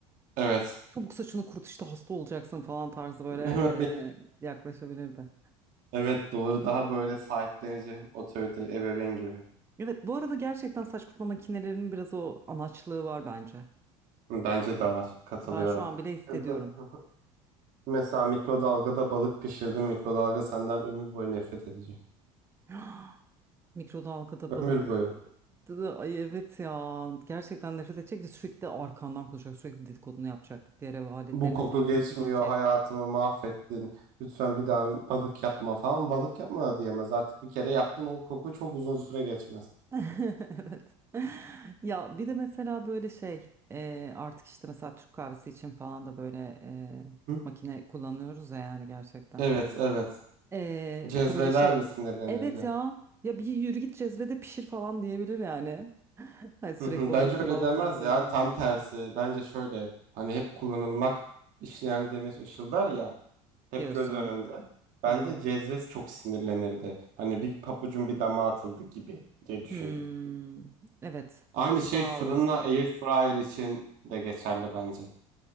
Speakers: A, on the right (about 60°); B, on the right (about 15°).
A: Evet.
B: Çabuk saçını kurut işte hasta olacaksın falan tarzı böyle
A: Hemen beni
B: e, yaklaşabilirdi.
A: Evet doğru daha böyle sahiplenici otorite ebeveyn gibi.
B: Evet bu arada gerçekten saç kurutma makinelerinin biraz o anaçlığı var bence.
A: Bence de var katılıyorum.
B: Ben şu an bile hissediyorum.
A: Ya da- <laughs> Mesela mikrodalgada balık pişirdin mikrodalga senden ömür boyu nefret edecek.
B: <gasps> Mikrodalgada
A: Ömür
B: balık
A: boyu.
B: da ay evet ya gerçekten nefret edecek ve sürekli arkandan konuşacak sürekli dedikodunu yapacak diğer ev aletlerine
A: Bu koku
B: seni kötüleyecek.
A: geçmiyor hayatımı mahvettin. Lütfen bir daha balık yapma falan. Balık yapma da diyemez artık bir kere yaptın o koku çok uzun süre geçmez.
B: <laughs> Evet. Ya bir de mesela böyle şey e, artık işte mesela Türk kahvesi için falan da böyle e,
A: Hı?
B: makine kullanıyoruz ya yani gerçekten.
A: Evet evet.
B: E,
A: Cezveler
B: böyle şey
A: mi sinirlenirdi?
B: evet ya ya bir yürü git cezvede pişir falan diyebilir yani. <laughs> Hani sürekli
A: Hı hı, Bence
B: onu kullanmamız
A: öyle demez
B: durumunda
A: ya tam tersi bence şöyle hani hep kullanılmak işleyen demir ışıldar ya hep
B: diyorsun.
A: göz önünde bence
B: Hmm.
A: Cezves çok sinirlenirdi hani bir papucun bir dama atıldı gibi diye düşündüm.
B: Hmm, evet
A: Aynı
B: bu,
A: şey
B: bu daha
A: fırınla
B: olası.
A: air fryer için de geçerli bence.